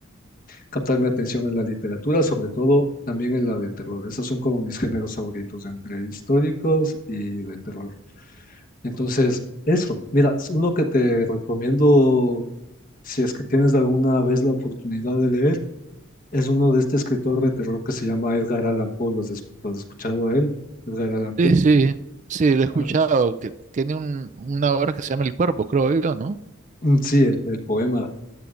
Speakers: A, on the left; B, on the right.
A: captar mi atención en la literatura, sobre todo también en la de terror. Esos son como mis géneros favoritos, entre históricos y de terror. Entonces, eso, mira, es uno que te recomiendo, si es que tienes alguna vez la oportunidad de leer, es uno de este escritor de terror que se llama Edgar Allan Poe. ¿Lo has, es- lo has escuchado a él? Edgar Allan Poe.
B: sí, sí, sí, lo he escuchado,
A: Ah,
B: que tiene un, una obra que se llama El Cuerpo, creo yo, ¿no?
A: mm, sí, el, el poema.